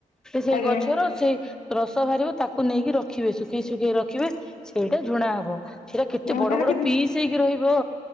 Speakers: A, in the centre; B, on the left.
A: ସେଇ
B: ଆଜ୍ଞା
A: ଗଛର ସେଇ ରସ ବାହାରିବ ତାକୁ ନେଇକି ରଖିବେ ଶୁଖେଇ ଶୁଖେଇ ରଖିବେ ସେଇଟା ଝୁଣା ହବ। ସେଟା କେତେ
B: ମୁଁ
A: ବଡ଼
B: ତାର
A: ବଡ଼
B: କେବେ
A: ପିସ୍ ହେଇକି ରହିବ।